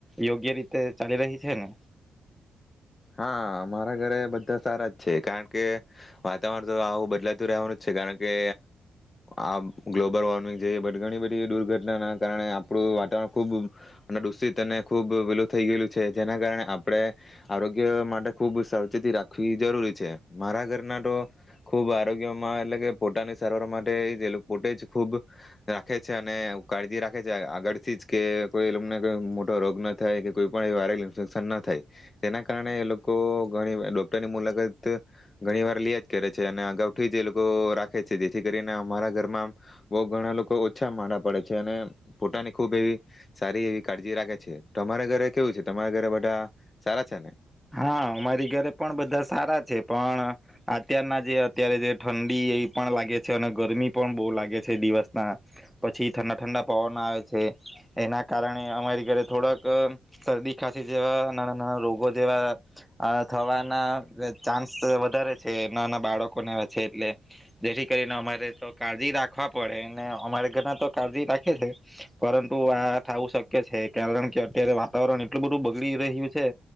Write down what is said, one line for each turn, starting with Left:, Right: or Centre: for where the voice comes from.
Centre: યોગ્ય રીતે ચાલી રહી છે ને
Left: હા મારા ઘરે બધા સારા જ છે કારણ કે વાતાવરણ તો આવું બદલાતું રહેવાનું જ છે કારણ કે આ ગ્લોબલ વોર્મિંગ જે ઘણી બધી દુર્ઘટનાના કારણે આપણું વાતાવરણ ખૂબ દૂષિત અને ખૂબ પેલું થઈ ગયેલું છે જેના કારણે આપણે આરોગ્ય માટે ખુબ સાવચેતી રાખવી જરૂરી છે મારા ઘરના તો ખૂબ આરોગ્યમાં એટલે કે પોતાની સારવાર માટે પોતે જ ખૂબ રાખે છે અને કાળજી રાખે છે આગળથી જ કે કોઈ એને કો મોટો રોગ ના થાય કે કોઈ પણ વાયરલ ઇન્ફેક્શન ના થાય. તેના કારણે એ લોકો ઘણી ડોક્ટરની મુલાકાત ઘણી વાર લ્યા જ કરે છે અને અગાઉથી જ એ લોકો રાખે છે જેથી કરીને અમારા ઘરમાં બહુ ઘણા લોકો ઓછા મારા પડે છે, અને પોતાની ખૂબ એવી સારી એવી કાળજી રાખે છે તમારા ઘરે કેવું છે, તમારા ઘરે બધા સાર છે ને
Centre: હા અમારી ઘરે પણ બધા સારા છે પણ અત્યારના જે અત્યારે જે ઠંડી એ પણ લાગે છે અને ગરમી પણ બહુ લાગે છે દિવસના પછી ઠંડા ઠંડા પવન આવે છે એના કારણે અમારી ઘરે થોડાક શરદી ખાંસી જેવા નાના નાના રોગો જેવા આ થવાના ચાન્સ વધારે છે એનાના બાળકોને છે એટલે જેથી કરીને અમારે તો કાળજી રાખવા પડે અમારે ઘરના તો કાળજી રાખે છે પરંતુ આ થવું શક્ય છે કારણ કે અત્યારે વાતાવરણ એટલું બધું બગડી રહ્યું છે